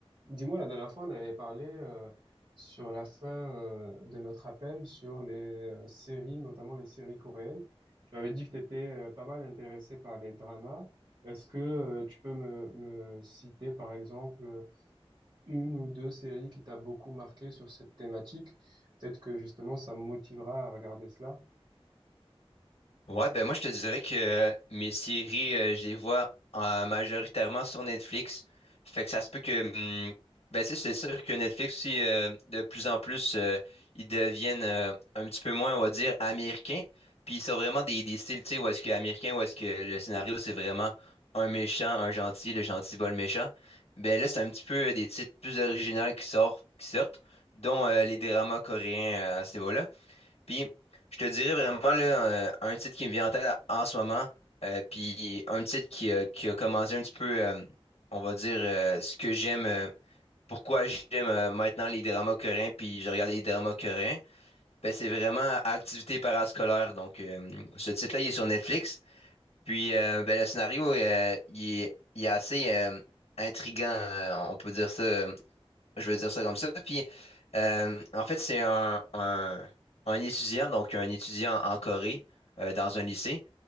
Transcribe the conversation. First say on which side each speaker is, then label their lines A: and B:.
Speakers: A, on the right; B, on the left.
A: Dis-moi, la dernière fois, on avait parlé euh, sur la fin euh, de notre appel sur les euh, séries, notamment les séries coréennes. Tu m'avais dit que tu étais euh, pas mal intéressé par les dramas. Est-ce que euh, tu peux me, me citer, par exemple, une ou deux séries qui t'a beaucoup marqué sur cette thématique. Peut-être que justement, ça me motivera à regarder cela.
B: Ouais, ben moi je te dirais que euh, mes séries, euh, je les vois euh, majoritairement sur Netflix. Fait que ça se peut que hum, ben tu sais, c'est sûr que Netflix aussi euh, de plus en plus euh, ils deviennent euh, un petit peu moins, on va dire, américains. Puis ils sont vraiment des, des styles, tu sais, où est-ce que américain, où est-ce que le scénario c'est vraiment un méchant, un gentil, le gentil bat le méchant. Ben là, c'est un petit peu euh, des titres plus originaux qui sortent, qui sortent, dont euh, les dramas coréens euh, à ce niveau-là. Puis, je te dirais vraiment là, euh, un titre qui me vient en tête à- en ce moment, euh, puis un titre qui, a- qui a commencé un petit peu, euh, on va dire, euh, ce que j'aime, euh, pourquoi j'aime euh, maintenant les dramas coréens, puis je regarde les dramas coréens, ben, c'est vraiment Activité parascolaire. Donc, euh, ce titre-là, il est sur Netflix. Puis, euh, ben, le scénario, euh, il est, il est assez euh, intriguant, euh, on peut dire ça. euh, je vais dire ça comme ça. Puis, euh, en fait, c'est un, un, un étudiant, donc un étudiant en Corée, euh, dans un lycée.